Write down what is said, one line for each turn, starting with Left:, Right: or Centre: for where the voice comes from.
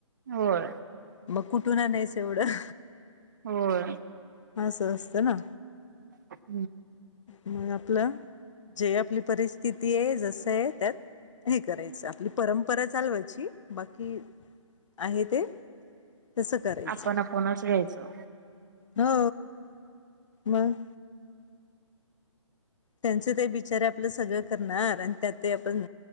Right: होय.
Left: मग कुठून आणायचं एवढं?
Right: होय.
Left: असं असतं ना.
Right: अच् <unintelligible>
Left: मग. आपलं जे आपली परिस्थिती आहे जसं आहे त्यात हे करायचं आपली परंपरा चालवायची बाकी आहे ते तसं करायचं
Right: आपण आपणच घ्यायचो.
Left: हो मग. त्यांच ते बिचार आपलं सगळं करणार आणि त्यात आपण